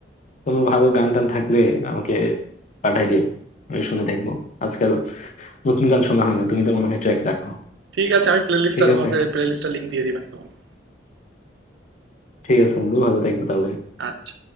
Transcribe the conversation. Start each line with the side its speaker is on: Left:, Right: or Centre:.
Left: কোনো ভালো গান টান থাকলে আমাকে পাঠাই দিও আমি শুনে দেখবো আজকাল নতুন গান শোনা হয় না তুমি তো মনে হয় ট্র্যাক রাখো
Right: ঠিক আছে আমি প্লে লিস্টটা
Left: ঠিক
Right: তোমাকে
Left: আছে
Right: প্লে লিস্টটা লিঙ্ক দিয়ে দিবেন তোমাকে
Left: ঠিক আছে বন্ধু ভালো থাকবো তাহলে
Right: আচ্ছা